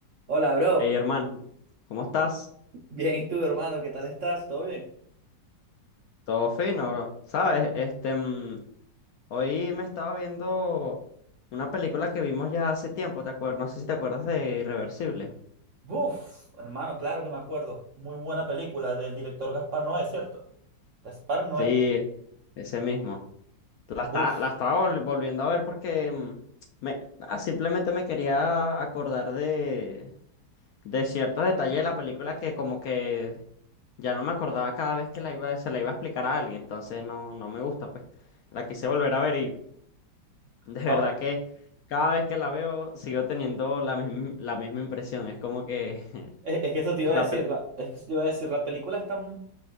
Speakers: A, on the right; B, on the left.
A: Hola, bro.
B: Hey, hermano, ¿cómo estás?
A: Bien, ¿y tú, hermano? ¿Qué tal estás? ¿Todo bien?
B: Todo fino, bro. Sabes, este, mm, hoy me estaba viendo una película que vimos ya hace tiempo, ¿te acuerdas? No sé si te acuerdas de Irreversible.
A: Buf, hermano, claro que me acuerdo. Muy buena película del director Gaspar Noé, ¿cierto? Gaspar Noé.
B: Sí, ese mismo. La
A: Buf.
B: está, la estaba vol- volviendo a ver porque mm, me, ah, simplemente me quería acordar de, de ciertos detalles de la película que como que ya no me acordaba cada vez que la iba, se la iba a explicar a alguien, entonces no, no me gusta, pues. La quise volver a ver De
A: Voy.
B: verdad que cada vez que la veo sigo teniendo la misma, la misma impresión. Es como que <laughs>
A: Es, es que eso te iba
B: la
A: a decir,
B: peli...
A: la, es que eso te iba a decir, la película es tan,